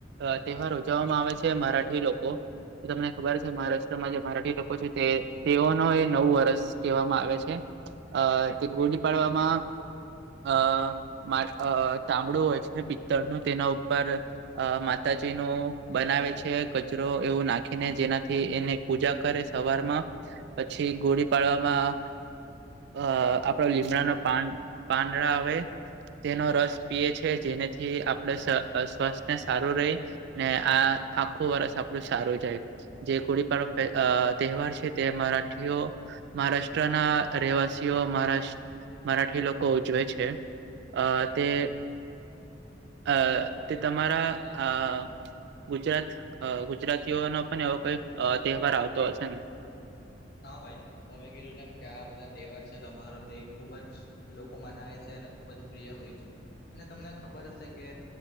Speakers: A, on the right (about 60°); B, on the left (about 60°).
A: અ તહેવાર ઉજવવામાં આવે છે મરાઠી લોકો તમને ખબર છે મહારાષ્ટ્રમાં જે મરાઠી લોકો પછી તે ઓનો એ નવું વર્ષ કહેવામાં આવે છે. અ તે ગુડી પાડવામાં. અ મા ચામડું હોય છે પિત્તળનું તેના ઉપર અ માતાજી નું બનાવે છે કચરો એવું નાખીને જેનાથી એને પૂજા કરે છે. સવારમાં પછી ગુડી પાડવામાં અ આપણો લીમડા નું પણ પાંદડા આવે તેનો રસ પીએ છે જેનેથી આપણે સ્વ સ્વાસ્થને સારું રહી ને આ આખું વરષ આપણું સારું જાય જે ગુડી પર અ તહેવાર છે તે મરાઠીઓ મહારાષ્ટ્રના રહેવાસીઓ મહારા મરાઠી લોકો ઉજવે છે અ તે અ તે તમારા આ ગુજરાત અ ગુજરાતીઓનો પણ એવો કઈ તહેવાર આવતો હશે ને
B: હા ભાઈ તમે કીધું તેમ કે આ બધા તહેવાર છે તમારો તે ખુબ જ લોકો મનાવે છે અને ખુબ જ પ્રિય હોય છે અને તમને ખબર હશે કે